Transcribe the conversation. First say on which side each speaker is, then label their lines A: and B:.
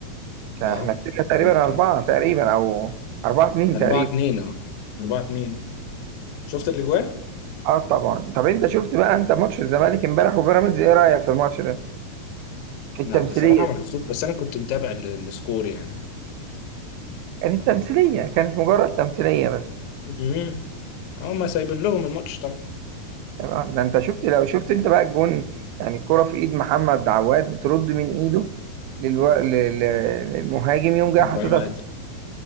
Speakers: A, on the right; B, on the left.
A: كان
B: اه
A: احنا كسبنا تقريبا
B: ممكن
A: أربعة تقريبا أو أربعة اتنين
B: 4
A: تقريبا
B: 2 اه 4 2 شفت الأجوان؟
A: اه طبعا طب انت شفت بقى انت ماتش الزمالك امبارح وبيراميدز ايه رأيك في الماتش ده؟ في التمثيلية
B: لا بصراحة ما
A: دي.
B: شفتوش بس أنا كنت متابع ال- السكور يعني
A: كانت تمثيلية كانت مجرد تمثيلية بس
B: امم هم سايبين لهم الماتش طبعا
A: تمام ده انت شفت لو شفت انت بقى الجون يعني الكرة في ايد محمد عواد بترد من ايده للو... ل- ل- للمهاجم يوم جاي
B: إبراهيم
A: حاططها
B: عادل
A: في